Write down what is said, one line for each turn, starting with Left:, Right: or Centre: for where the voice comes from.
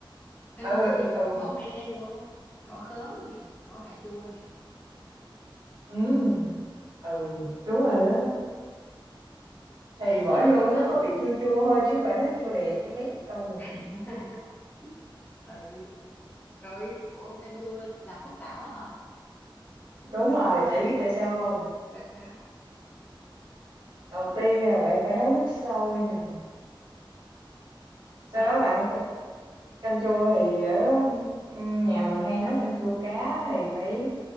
Left: canh
Right: Ờ,
Left: chua thì b-
Right: ừ ừ
Left: bỏ me vô bỏ khóm nè bỏ cà chua nè
Right: ừm, ừ đúng rồi đó thì bỏ
Left: chứ bạn
Right: vô
Left: ờ
Right: nó có bị chua chua thôi chứ không phải nó chua lè chua lét ừ
Left: <laughs> ừ rồi ủa canh chua là phức tạp á hả
Right: đúng rồi tại biết tại sao không
Left: ra sao
Right: đầu tiên là bạn phải nấu nước sôi nè sau
Left: ừ
Right: đó bạn c- canh chua thì ở ừ, nhà mình hay nấu canh chua cá thì phải